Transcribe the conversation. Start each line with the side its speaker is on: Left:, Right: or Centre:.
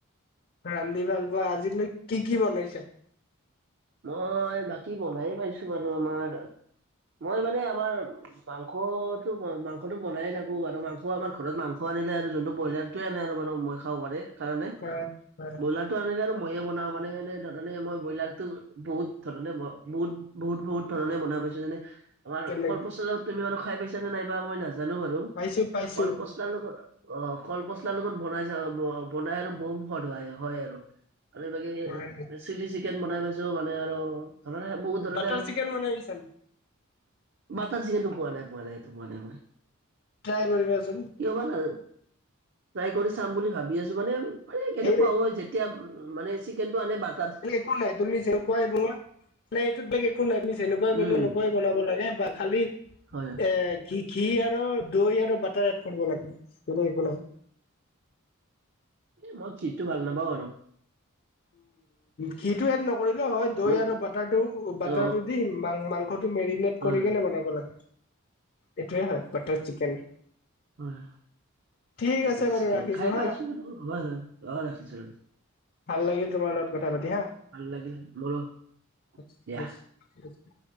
Left: ৰান্ধি ভাল পোৱা আজিলৈ কি কি বনাইছা
Right: মই বাকী বনাই পাইছো বাৰু আমাৰ মই মানে আমাৰ মাংসতো মাংসতো বনাইয়ে থাকো আৰু মাংস আমাৰ ঘৰত মাংস আনিলে আৰু যোনটো ব্ৰইলাৰ টোৱে আনে আৰু মানে মই খাব পাৰে কাৰণে
Left: হয় হয়
Right: ব্ৰইলাৰটো আনিলে আৰু মইয়ে বনাও মানে এনে মই ধৰণে ব্ৰইলাৰটো বহুত ধৰণে ব বহুত বহুত বহুত ধৰণে বনাই পাইছো যেনে আমাৰ
Left: কেলে
Right: কলপচলাত তুমি বাৰু খাই পাইছা নে নাই বা মই নাজানো বাৰু
Left: পাইছো পাইছো
Right: কলপচলাৰ লগত অ কল পচলাৰ লগত বনাই যা বনাই আৰু বহুত ভাল লাগে হয় আৰু আৰু এই বাকি
Left: হয়
Right: চিলি চিকেন বনাই পাইছো মানে আৰু ধৰণে বহুত ধৰণে
Left: বাটাৰ
Right: আৰু
Left: চিকেন বনাই পাইছা নেকি
Right: বাটাৰ চিকনটো পোৱা নাই পোৱা নাই সেইটো মই পোৱা নাই
Left: ট্ৰাই কৰিবা চোন
Right: কিয়বা ট্ৰাই কৰি চাম বুলি ভাবি আছো মানে আৰু মানে কেনেকুৱা
Left: এই
Right: হয় যেতিয়া মানে চিকেনটো আনে বাটাত।
Left: আকো নাই তুমি যেনেকুৱাই বনোৱা মানে এইটোত বেলেগ একো নাই তুমি যেনেকুৱাই বনোৱা
Right: উম
Left: সেনেকুৱাই বলাব লাগে বা খালি
Right: হয়
Left: এ ঘি ঘি আৰু দৈ আৰু বাটাৰ এড কৰিব লাগে। <unintelligible> একো নাই।
Right: এ মই ঘিটো ভাল নাপাওঁ আৰু।
Left: ঘিটো এড নকৰিলে হয় দৈ
Right: মই
Left: আৰু বাটাৰটো বাটাৰটো
Right: অ অ
Left: দিম মাং মাংসটো মেৰিনেট
Right: হয়
Left: কৰি কেনে বনাব লাগে।
Right: <unintelligible>
Left: এইটোৱে হয়, বাটাৰ চিকেন।
Right: হয়
Left: ঠিক
Right: মাটাৰ
Left: আছে বাৰু
Right: চিকেন
Left: ৰাখিছো
Right: খাই
Left: হা
Right: পাইছো হয় হয়, অঁ' ৰাখিছো।
Left: ভাল লাগিল তোমাৰ লগত কথা পাতি হা।
Right: ভাল লাগিল মোৰো
Left: একো স্বৰ
Right: দিয়া
Left: নাই।